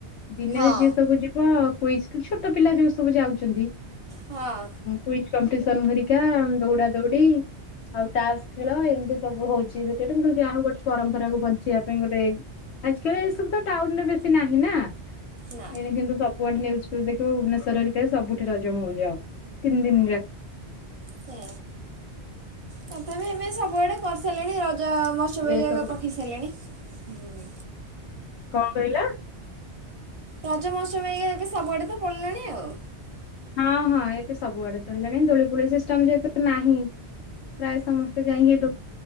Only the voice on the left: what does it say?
ଦିନରେ
ଯିଏ ସବୁ ଯ କଜ କୁଇଜ୍ ଛୋଟ ପିଲା ଯୋଉ ସବୁ ଯାଉଛନ୍ତି
କୁଇଜ୍ କପିଟିସ୍ନ କରିକି। କ୍ୟାମ୍ ଦୌଡା ଦୌଡି ଆଉ ତା ଖେଳ ଏମିତି ସବୁ ହଉଛି ସେତ ମୁ ଯାହା ହଉ ଗୋଟେ ପରମ୍ପରାକୁ ବଞ୍ଚେଇିବା ପାଇଁ ଗୋଟେ ଆଜି କାଲି ଏ ସବୁ ତ ଟାଉନୁରେ ବେଶୀ ନାହିଁ ନା
ଏଇ କିନ୍ତୁ କୁଆଡେ ନିଉଯୁ ଫିଉଜ୍ ଦେଖୁବୁ ଭୁବନେଶ୍ୱର ହରିକ ସବୁଠି ରଜ ମୋଊଯ ତିନି ଦିନ ଯାକ।
ଯାକ
ଏ
ସବୁ
କଣ କହିଲା?
ହଁ ହଁ ଏତ ସବୁଆଡେ ତ ହେଲାଣି ଦୋଳି ଫୋଳି ସିଷ୍ଟମ ଯେହେତୁ ନାହିଁ ପ୍ରାୟ ସମସ୍ତେ ଯାଇକି ଲୁ